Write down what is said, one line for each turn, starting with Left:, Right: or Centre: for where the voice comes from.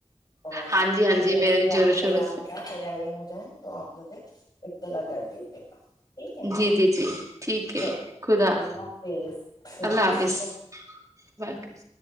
Left: اور
Right: ہاں جی ہاں جی
Left: جیسے
Right: میرا بھی
Left: ہی آپ
Right: زوروں
Left: تیار
Right: شوروں
Left: ہوتا
Right: سے
Left: تیاری ہوتی جائ تو آپ مجھے اتلا کر دیجیے گا ہے
Right: جی جی جی ٹھیک ہے
Left: چلیے
Right: خداظ
Left: اللہ حافظ السلام
Right: اللہ
Left: علیکم
Right: حافظ واظ